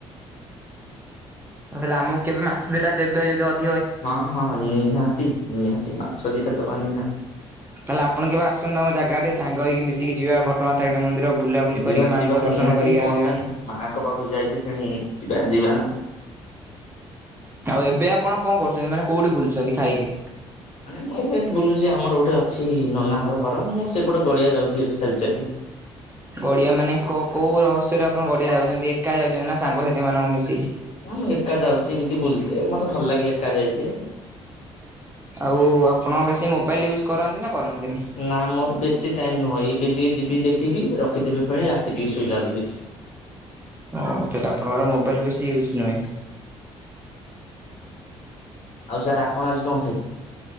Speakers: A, on the right (about 15°); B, on the left (about 55°).
A: ମୁଁ କଇଲି ଆମକୁ କେବେ ମାଛ ଦିଟା ଦେବେ ଯଦି ଅ
B: ହଁ ହଁ ନିହାତି ନିହାତି ମାଛ ଦିଟା ଦବାନି ନା।
A: ତାହେଲେ ଆପଣ କେବେ ଆସନ୍ତୁ ଆମ ଜାଗା ଆଡେ ଟିକେ ସାଙ୍ଗ ହେଇକି ମିଶିକି ଯିବା ଘ କଁ ଗାଁ ତାରିଣୀ ମନ୍ଦିର ବୁଲାବୁଲି
B: ଯିବା
A: କରିକି ମାଆଙ୍କ
B: ଯିବା
A: ଦର୍ଶନ
B: ନିହାତି
A: କରିକି
B: କଣ
A: ଆସିବା।
B: ପାଇଁ ମାଆଙ୍କ ପାଖକୁ ଯାଇଥିଲି ପେଣି ଯିବା ଯିବା ନା।
A: ଆଉ ଏବେ ଆପଣ କଣ କରୁଛନ୍ତି ମାନେ କୋଉଠି ବୁଲୁଛନ୍ତି ଖାଇକି।
B: ମାନେ ମୁଁ ଏବେ ବୁଲୁଛି ଆମର ଗୋଟେ ଅଛି ନନାହାର ଘର ମୁଁ ସେପଟେ ଗଡିଆ ଯାଉଛି ଏବେ ଚାଲି ଚାଲି।
A: ଗଡିଆ ମାନେ କୋଉ କୋଉ ରହସ୍ୟରେ ଆପଣ ଗଡିଆ ଯାଉଛନ୍ତି ଏକା ଯାଉଛନ୍ତି ନା ସାଙ୍ଗସାଥି ମାନଙ୍କ ମିଶିକି।
B: ନା ମୁଁ ଏକା ଯାଉଛି ଏମିତି ବୁଲତେ ମତେ ଭଲ ଲାଗେ ଏକା ଯାଇତେ।
A: ଆଉ ଆପଣ ବେଶୀ ମୋବାଇଲ ୟୁଜ କରନ୍ତି ନା କରନ୍ତିନି।
B: ନା ମୋର ବେଶୀ ଟାଇମ୍ ନୁହଁ ଏବେ ଯିକେ ଯିବି ଦେଖିବି ରଖିଦେବି ଫେଣି ରାତି ଟିକେ ଶୋଇଲା ବେଳକୁ ଦେଖିବି।
A: ଓ ତାହଲେ ଆପଣଙ୍କର ମୋବାଇଲ ବେଶୀ ୟୁଜ ନୁହେଁ।
B: ଆଉ ସାର୍ ଆପଣ ଆଜି କଁ ଖାଇ